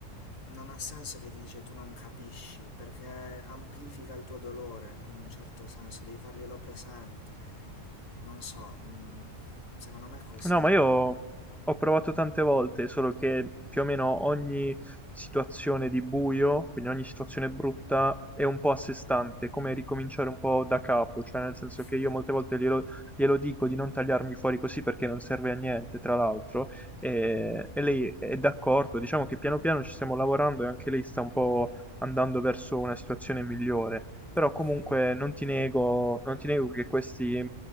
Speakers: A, on the left; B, in the centre.
A: non ha senso che ti dice tu non capisci, perché amplifica il tuo dolore in un certo senso, devi farglielo presente. Non so, mm, secondo me è così.
B: No, ma io ho provato tante volte, solo che più o meno ogni situazione di buio, quindi ogni situazione brutta, è un po' a sé stante, come
A: Mm,
B: ricominciare un po' da capo, cioè nel senso
A: ok,
B: che io molte volte glielo, glielo dico di non tagliarmi fuori così perché non serve a niente, tra l'altro, e, e lei è d'accordo, diciamo che piano piano ci stiamo lavorando e anche lei sta un po' andando verso una situazione migliore, però
A: ok,
B: comunque non ti nego, non ti nego che questi